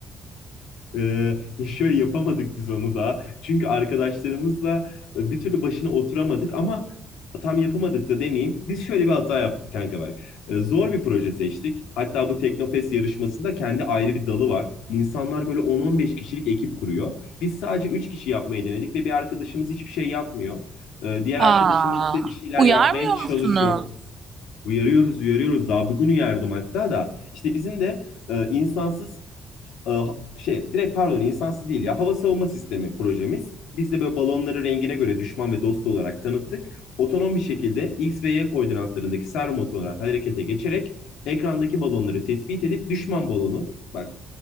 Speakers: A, on the left; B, on the right.
A: ee, ya şöyle yapamadık biz onu da. Çünkü arkadaşlarımızla e, bir türlü başına oturamadık ama tam yapamadık da demeyeyim. Biz şöyle bir hata yaptık kanka bak. Ee, zor bir proje seçtik. Hatta bu Teknofest yarışmasında kendi ayrı bir dalı var. İnsanlar böyle 10-15 kişilik ekip kuruyor. Biz sadece 3 kişi yapmayı denedik ve bir arkadaşımız hiçbir şey yapmıyor. Ee, diğer
B: Aa,
A: arkadaşımız ise bir şeyler
B: uyarmıyor
A: yapmaya çalışıyor.
B: musunuz?
A: Uyarıyoruz, uyarıyoruz. Daha bugün uyardım hatta da. İşte bizim de e, insansız e, şey direkt pardon insansız değil ya hava savunma sistemi projemiz. Biz de böyle balonları rengine göre düşman ve dost olarak tanıttık. Otonom bir şekilde X ve Y koordinatlarındaki servo motorlar harekete geçerek ekrandaki balonları tespit edip düşman balonu bak